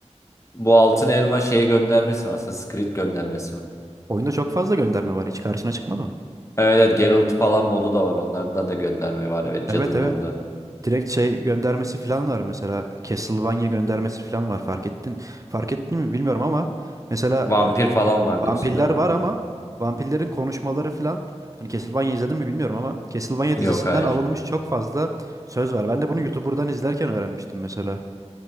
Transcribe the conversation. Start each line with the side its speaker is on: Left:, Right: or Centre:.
Left: Bu altın elma şeye göndermesi mi aslında? Squid göndermesi mi?
Right: Oyunda çok fazla gönderme var. Hiç karşına çıkmadı mı?
Left: Evet, evet Geralt falan modu da var. Onlardan da gönderme var. Evet
Right: Evet
Left: cadının
Right: evet.
Left: orada.
Right: Direkt şey göndermesi falan var mesela. Castlevania göndermesi falan var. Fark ettin. Fark ettin mi bilmiyorum ama mesela
Left: Vampir falan var
Right: e,
Left: diyorsun
Right: vampirler
Left: değil mi?
Right: var
Left: Onun...
Right: ama vampirlerin konuşmaları falan hani Castlevania izledin mi bilmiyorum ama Castlevania
Left: Yok
Right: dizisinden
Left: hayır.
Right: alınmış çok fazla söz var. Ben de bunu YouTuber'dan izlerken öğrenmiştim mesela.